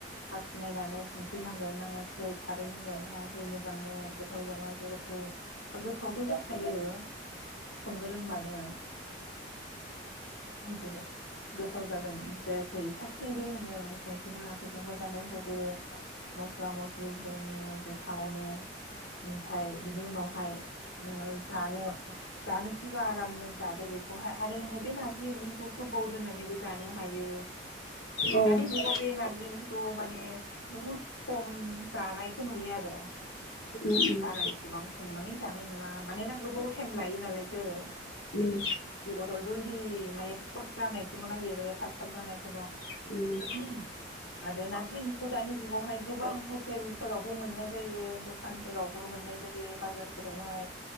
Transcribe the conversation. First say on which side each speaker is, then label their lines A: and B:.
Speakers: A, on the left (about 75°); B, on the left (about 60°).
A: साखि नायनानै संख्रि नांदोंना नाङाखै खारै नांदोंना नाङाखै मोजांनो गोथाव जादोंना जायाखै बा गोथावथ' जाखायो संनो रोंबानो जेरै गोथाव जादों जायाखै साखिनायदो नोङो संख्रिनाङाखैबा मोजाङै होदो मस्ला मस्लि ज्रोमनो गोथावनो ओमफ्राय बिनि उनावहाय नोङो जानो जानोसैबा आरामनो जादो बेखौहाय आरो नोङो बे नारजि ओंख्रिखौ गोबाव दोननानैबो जानो हायो
B: औ
A: दानि
B: उम
A: जुगाव बे नारजि ओंखि खौ माने बुहुद खम जानायखौ नुयो आरो
B: उम
A: बारा एसेबां संनानै जानाय नुङा मानोना गोबाव टाइम लायो नालाय <unintelligible>
B: उम
A: जलदि माने फट जानायखौल' नागिरो थाब थाब जानायखौल'
B: उम
A: <inaudible> आरो नारजि ओंख्रिखौ दानि जुगावहाय गोबां हटेलफोरावबो मोननाय जायो दखानफोरावबो मोननाय जायो बाजार फोरावहाय